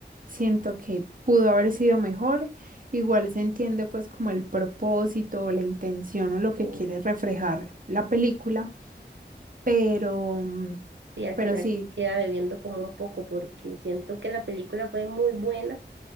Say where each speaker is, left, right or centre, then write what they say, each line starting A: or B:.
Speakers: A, on the right (about 50°); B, on the right (about 80°).
A: siento que pudo haber sido mejor. Igual se entiende pues como el propósito o la intención o lo que
B: Sí,
A: quiere reflejar la película. Pero, mm,
B: sí, al
A: pero
B: final
A: sí,
B: queda bebiendo como un poco porque siento que la película fue muy buena